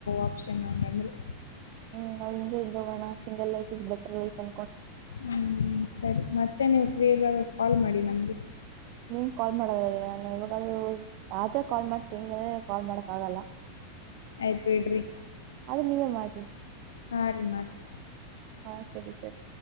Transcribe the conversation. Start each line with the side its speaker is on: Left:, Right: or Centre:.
Left: ಆಪ್ಷನ್ ಹಂಗಂದ್ರೆ
Right: ಹ್ಮ್ ನಾವ್ ಹಿಂಗಗೆ ಇದ್ದೋಗೋಣ single life is better life ಅ
Left: ಹಞ ಸರಿ ಮತ್ತೆ ನೀವು ಫ್ರೀ ಇರುವಾಗ ಕಾಲ್ ಮಾಡಿ ನಮಗೆ
Right: ನಿಮ್ ಕಾಲ್ ಮಾಡದರಿ ನಾನು ಇವಾಗಾದ ಯ್ರೆ ಕಾಲ್ ಮಾಡ್ತೀನಿ ಇ್ರ ಕಾಲ್ ಮಾಡಕ್ ಆಗಲ್ಲ
Left: ಆಯ್ತು ಇಡ್ರಿ
Right: ಅದ ನೀವೇ ಮಾಡ್ತರಿ
Left: ಹಾ ರೀಮತ್
Right: ಹಾ ಸರಿ ಸರಿ